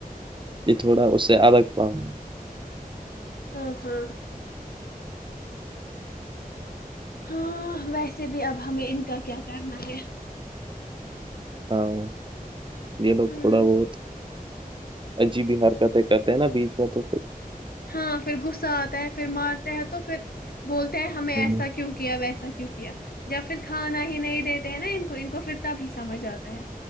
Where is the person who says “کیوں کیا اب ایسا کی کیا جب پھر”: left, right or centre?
Left